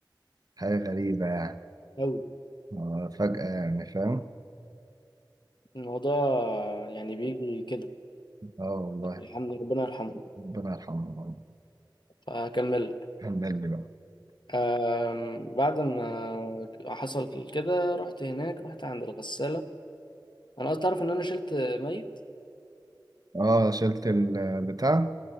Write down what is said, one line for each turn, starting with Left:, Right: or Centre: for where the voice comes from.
Right: حاجة غريبة يعني.
Left: قوي
Right: آه فجأة يعني فاهم
Left: الموضوع يعني بيجي كده
Right: اه والله
Left: الحمد لله ربنا يرحمه
Right: ربنا يرحمه والله
Left: فهكمل
Right: كان بالي بقى
Left: آم، بعد ما حصل كده رحت هناك رحت عند الغسالة انا قلت تعرف ان انا شلت ميت
Right: اه شلت البتاع